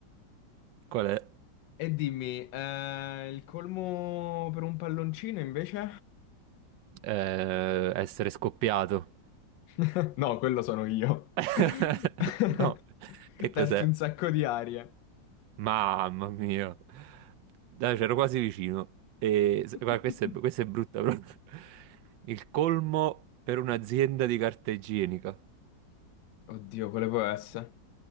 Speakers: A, on the right; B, on the left.
A: Qual è?
B: E dimmi, eh, il colmo per un palloncino invece?
A: Eh, essere scoppiato.
B: <laughs> No, quello sono io.
A: <laughs>
B: <laughs>
A: No, che cos'è?
B: Darsi un sacco di aria.
A: Mamma mia, Dai, c'ero quasi vicino. E,
B: <laughs>
A: se- guarda, questa è, questa è brutta proprio. <laughs> Il colmo per un'azienda di carta igienica.
B: Oddio, quale può essere?